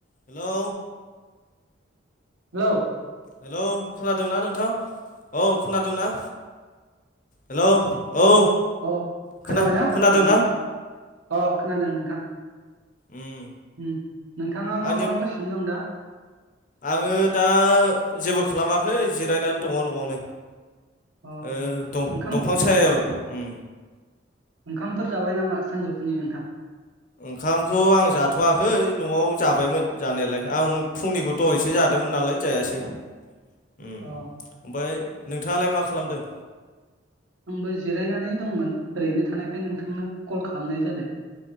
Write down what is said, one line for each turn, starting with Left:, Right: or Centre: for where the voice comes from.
Left: Hello.
Right: Hello
Left: hello खोनादोंना नोंथां औ खोनादोंना। हेल' औ।
Right: अ
Left: खोना
Right: खोनाबायनाा
Left: खोनादोंना
Right: नोंथां अ खोनादों नोंथां।
Left: उम
Right: उम नोंथाङा मा
Left: आंनि
Right: खालामगासिनो दं दा?
Left: आङो दा जेबो खालामाखै जिरायनानै दङ न'आवनो।
Right: अ
Left: ओ दं-दंफां
Right: ओंखाम
Left: सायायाव उम
Right: ओंखामफोर जाबाय नामा सानजौफुनि नोंथां।
Left: ओंखामखौ आं जाथ'वाखै न'आव जाबायमोन जानायालाय आं फुंनिखौ। दहय एसे जादोंमोन नालाय जायासै। उम
Right: अ
Left: ओमाय नोंथाङालाय मा खालामदों।
Right: आंबो जिरायनानै दंमोन ओरैनो थानायखाय नोंथांनो कल खालामनाय जादों।